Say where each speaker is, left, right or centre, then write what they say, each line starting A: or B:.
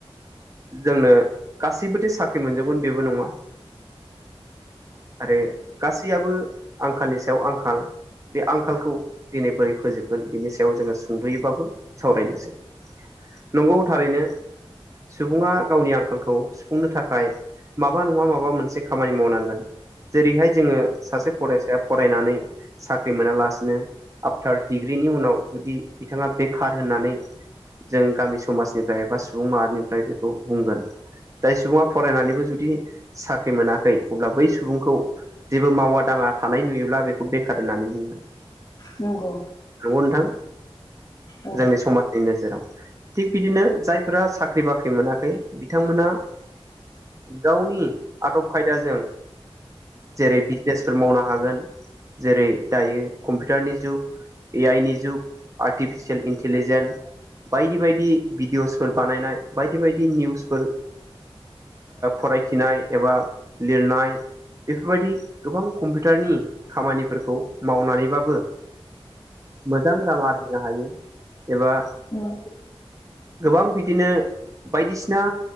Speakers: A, on the right (about 30°); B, on the left (about 45°).
A: जोंनो गासैबोथ साख्रि मोनजोबगोन बेबो नङा आरो गासैयाबो आंखालनि सायाव आंखाल बे आंखालखौ दिनै बोरै फोजोबगोन बिनि याव जोङो सुंद'यैबाबो सावरायनोसै नंगौ थारैनो सुबुङा गावनि आंखालखौ सुफुंनो थाखाय माबा नङा माबा मोनसे खामानि मावनांगोन जेरैहाय जोङो सासे फरायसाया फरायनानै फाख्रि मोनालासिनो आफटार डिग्रिनि उनाव जुदि बिथाङा बेखार होननानै जों गामि समाजनिफ्राय एबा सुबुं माहारिनिफ्राय बेखौ बुंगोन जाय सुबुङा फरायनानैबो जुदि साख्रि मोनाखै अब्ला बै सुबुंखौ जेबो मावा दाङा थानाय नुयोब्ला बेखौ बेखार होननानै बुङो <inaudible>
B: नंगौ
A: नंगौ नोंथां
B: औ
A: जोंनि समाज नि नोजोराव थिग बिदिनो जायफोरा साख्रि बाख्रि मोनाखै बिथांमोना गावनि आदब खायदा जों जेरै बिजनेसफोर मावनो हागोन जेरै दायो कम्पिउटारनि जुग ए आइ नि जुग आर्टिफिसियेल इन्टिलिजेन्स बायदि बायदि भिडिअ'सफोर बानायनाय बायदि बायदि निउसफोर फरायथिनाय एबा लिरनाय बेफोरबायदि गोबां कम्पिउटारनि खामानिफोरखौ मावनानैबाबो मोजां रां आरजिनो हायो एबा
B: औ
A: गोबां बिदिनो बायदिसिना